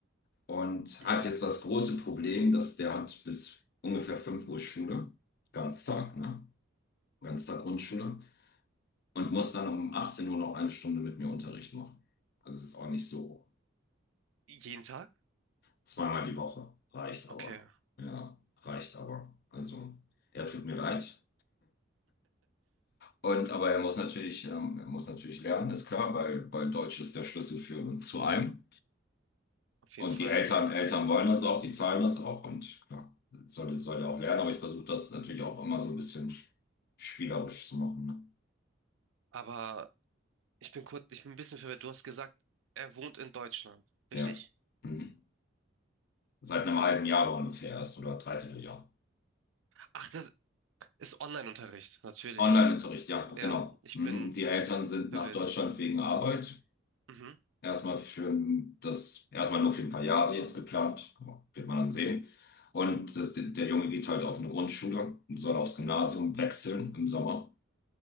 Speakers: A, on the left; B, on the right.
A: und
B: Ja.
A: hat jetzt das große Problem, dass der hat bis ungefähr 5 Uhr Schule, Ganztag, ne? Ganztag Grundschule. und muss dann um 18 Uhr noch eine Stunde mit mir Unterricht machen. Also es ist auch nicht so.
B: Jeden Tag?
A: Zweimal die Woche reicht
B: Okay,
A: aber. Ja, reicht aber. Also er tut mir leid. Und aber er muss natürlich, ähm, er muss natürlich lernen, ist klar, weil, weil Deutsch ist der Schlüssel für zu allem.
B: auf jeden
A: Und
B: Fall.
A: die Eltern, Eltern wollen das auch, die zahlen das auch und klar, soll, soll er auch lernen, aber ich versuche das natürlich auch immer so ein bisschen spielerisch zu machen.
B: Aber ich bin kurz, ich bin ein bisschen verwirrt. Du hast gesagt, er wohnt in Deutschland, richtig?
A: Ne? Ja. Mhm. Seit einem halben Jahr ungefähr erst oder dreiviertel Jahr.
B: Ach, das ist Online-Unterricht, natürlich.
A: Online-Unterricht, ja,
B: Ja,
A: genau.
B: ich
A: Mhm.
B: bin
A: Die Eltern sind
B: verwirrt.
A: nach Deutschland wegen Arbeit.
B: Mhm.
A: Erstmal für das, erstmal nur für ein paar Jahre jetzt geplant, aber wird man dann sehen. Und das, der Junge geht halt auf eine Grundschule und soll aufs Gymnasium wechseln im Sommer.